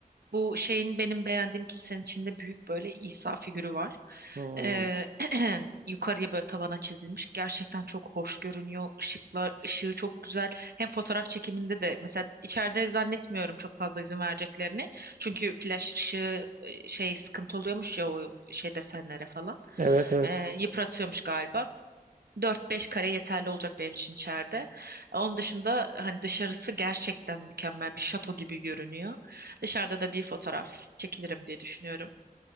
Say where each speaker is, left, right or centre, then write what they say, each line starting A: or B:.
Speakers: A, on the right (about 90°); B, on the right (about 55°).
A: Bu şeyin benim beğendiğim kilisenin içinde büyük böyle İsa figürü var.
B: Hmm.
A: Ee, <clears throat> yukarıya böyle tavana çizilmiş. Gerçekten çok hoş görünüyor. Işıklar, ışığı çok güzel. Hem fotoğraf çekiminde de mesela içeride zannetmiyorum çok fazla izin vereceklerini. Çünkü flash ışığı e, şey sıkıntı oluyormuş ya o şey desenlere falan.
B: Evet evet.
A: Ee, yıpratıyormuş galiba. Dört beş kare yeterli olacak benim için içeride. Onun dışında hani dışarısı gerçekten mükemmel bir şato gibi görünüyor. Dışarıda da bir fotoğraf çekilirim diye düşünüyorum.